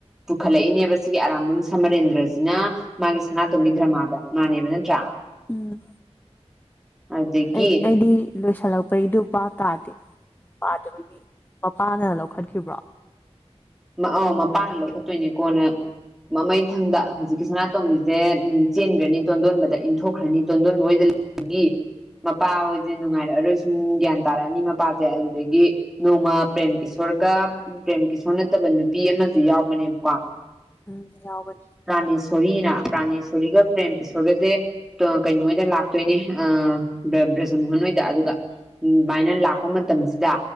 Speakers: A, in the centre; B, on the left.
A: ꯄꯨꯈꯠꯂꯛꯏꯅꯦꯕ ꯁꯤꯒꯤ ꯑꯔꯥꯝꯕꯝ ꯁꯃꯔꯦꯟꯗ꯭ꯔꯖꯤꯅ ꯃꯥꯒꯤ ꯁꯅꯥꯇꯣꯝꯕꯤ ꯗ꯭ꯔꯃꯥꯗ ꯃꯥꯅꯦꯕ ꯅꯠꯇ꯭ꯔꯥ
B: ꯎꯝ
A: ꯑꯗꯒꯤ
B: ꯑꯩ ꯑꯩꯗꯤ ꯂꯣꯏꯁꯜꯂꯛꯄꯩꯗꯨ ꯚꯥꯞ ꯇꯥꯗꯦ ꯄꯥꯗꯕꯒꯤ ꯃꯄꯥꯅ ꯂꯧꯈꯠꯈꯤꯕ꯭ꯔꯣ
A: ꯑꯣ ꯃꯄꯥꯅ ꯂꯧꯈꯠꯇꯣꯏꯅꯤ ꯀꯣꯟꯅ ꯃꯃꯩꯊꯪꯗ ꯍꯧꯖꯤꯛꯀꯤ ꯁꯅꯥꯇꯣꯝꯕꯤꯖꯦ ꯎꯝ ꯆꯦꯟꯒ꯭ꯔꯅꯤ ꯇꯣꯟꯗꯣꯟꯕꯗ ꯏꯟꯊꯣꯛꯈ꯭ꯔꯅꯤ ꯇꯣꯟꯗꯣꯟꯕ ꯍꯣꯏꯗ ꯑꯗꯒꯤ ꯃꯄꯥ ꯍꯣꯏꯁꯦ ꯅꯨꯡꯉꯥꯏꯔꯛꯑꯔꯣꯏ ꯎꯝ ꯒ꯭ꯌꯥꯟ ꯇꯥꯔꯛꯑꯅꯤ ꯃꯄꯥꯁꯦ ꯑꯗꯨꯗꯒꯤ ꯅꯣꯡꯃ ꯄ꯭ꯔꯦꯝꯀꯤꯁ꯭ꯋꯣꯔꯒ ꯄ꯭ꯔꯦꯝꯀꯤꯁ꯭ꯋꯣꯔ ꯁꯣꯔ ꯅꯠꯇꯕ ꯅꯨꯄꯤ ꯑꯃꯁꯨ ꯌꯥꯎꯕꯅꯦꯕꯀꯣ
B: ꯎꯝ ꯌꯥꯎꯕꯅꯤ
A: ꯄ꯭ꯔꯥꯅꯦꯁꯣꯔꯤꯅ ꯄ꯭ꯔꯥꯅꯦꯁꯣꯔꯤꯒ ꯄ꯭ꯔꯦꯝꯀꯤꯁ꯭ꯋꯣꯔ ꯒꯁꯦ ꯀꯩꯅꯣꯏꯗ ꯂꯥꯛꯇꯣꯏꯅꯦ ꯑ ꯕ꯭ꯔꯖꯃꯣꯍꯟ ꯍꯣꯏꯗ ꯑꯗꯨꯒ ꯑꯗꯨꯃꯥꯏꯅ ꯂꯥꯛꯄ ꯃꯇꯝꯁꯤꯗ